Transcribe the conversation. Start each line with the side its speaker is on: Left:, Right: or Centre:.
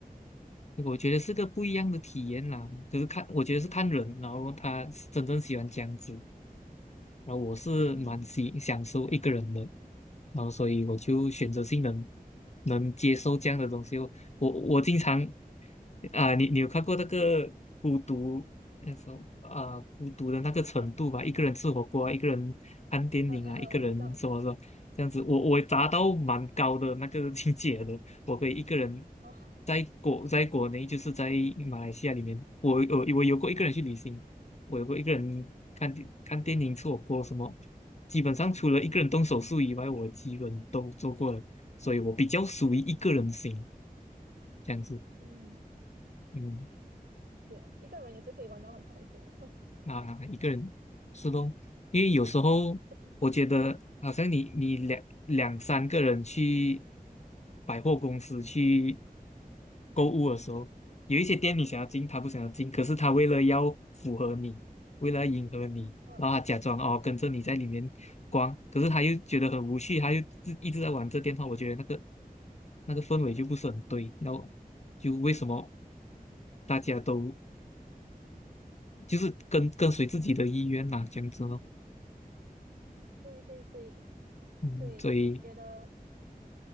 Left: 我觉得是个不一样的体验啦。可是看，我觉得是看人，然后他真正喜欢这样子。然后我是蛮喜享受一个人的，
Right: 嗯，
Left: 然后所以我就选择性能能接受这样的东西哦。我我经常啊、你你有看过那个孤独那种啊、孤独的那个程度吧？一个人吃火锅啊一个人看电影啊，
Right: 嗯嗯嗯，
Left: 一个人什么什么这样子，
Right: 我知道
Left: 我我达到蛮高的那个境界的。我可以一个人
Right: 哦，
Left: 在国在国内，就是在马来西亚里面，我我我有过一个人去旅行。我有过一个人看电看电影吃火锅什么，基本上除了一个人动手术以外，我基本都做过了，所以我比较属于一个人型这样子。
Right: 嗯，
Left: 嗯
Right: 对啊，一个人也是可以玩得很开心啊，
Left: 啊，一个人是咯，因为有时候我觉得好像你你两两三个人去
Right: <laughs> 而且
Left: 百货公司去购物的时候，有一些店你想要进，他不想要进，可是他为了要符合你，为了迎合你，
Right: 嗯
Left: 然后他假装哦跟着你在里面逛，可是他又觉得很无趣，他又自一直在玩这电话，我觉得那个那个氛围就不是很对，然后就为什么大家都就是跟跟随自己的意愿嘛，
Right: 嗯，
Left: 这样子咯。
Right: 对对对
Left: 嗯，
Right: 对，
Left: 所以，
Right: 我觉得。